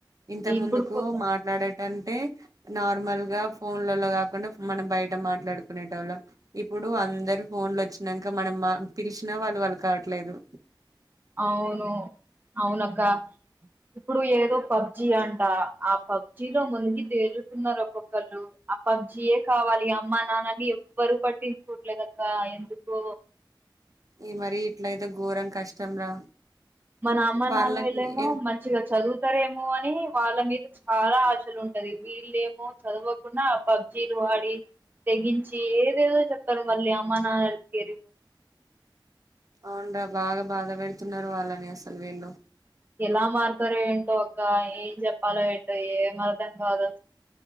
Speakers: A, on the right; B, on the right.
A: ఇంత
B: ఇప్పుడు
A: ముందుకు
B: కొత్త
A: మాట్లాడే అంటే నార్మల్ గా ఫోన్లలో కాకుండా మనం బయట మాట్లాడుకునేట వాళ్ళం ఇప్పుడు అందరు ఫోన్ లో వచ్చినాక మనం పిలిచినా వాళ్ళు వాళ్ళు కావట్లేదు
B: అవును అవునక్క ఇప్పుడు ఏదో పబ్జి అంట అ ఆ పబ్జీ లో మునిగి తెలుతున్నారు ఒక్కొక్కళ్లు ఆ పబ్జియే కావాలి అ మా నాన్నని ఎవ్వరు పట్టించుకోట్లేదక్క ఎందుకో
A: ఈ మరి ఇట్లయితే ఘోరం కష్టం రా
B: మన అమ్మ
A: వాళ్ళకి
B: నాన్న వీళ్ళమో
A: ఎ
B: మంచిగా చదువు సరేమో అని వాళ్ళ మీద చాలా ఆశలు ఉంటది వీళ్ళేమో చదవకుండా పబ్జీలు ఆడి తెగించి ఏదేదో చెప్తారు మళ్ళీ అమ్మా నాన్నాలకి
A: అవును రా బాగా బాధ పెడుతున్నారు వాళ్ళని అసలు వీళ్ళు
B: ఎలా మారుతారు ఏంటో అక్క ఏం చెప్పాలో ఏంటో ఏం అర్థం కాదు